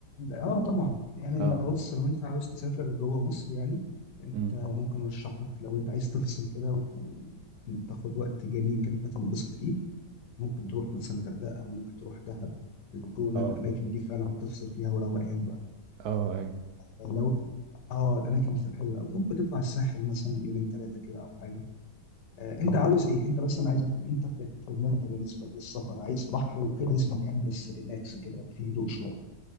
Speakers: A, on the left; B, on the right.
A: اه طبعا يعني
B: اه
A: انت بص لو انت عاوز تسافر جوه مصر يعني انت
B: امم
A: ممكن ارشح لك لو انت عايز تفصل كده وتاخد وقت جميل كده تنبسط فيه ممكن تروح مثلا غردقه ممكن تروح دهب الجونه
B: اه
A: الاماكن دي فعلا هتفصل فيها وروقان بقى
B: اه
A: لو اه الاماكن دي بتبقى حلوه قوي ممكن تطلع الساحل مثلا يومين ثلاثه كده او حاجه آه، انت
B: ايوه
A: عاوز ايه انت بس انا عايز افهم انت في في دماغك انت بالنسبه للسفر عايز بحر وكده عايز مكان بس ريلاكس كده فيه هدوء شويه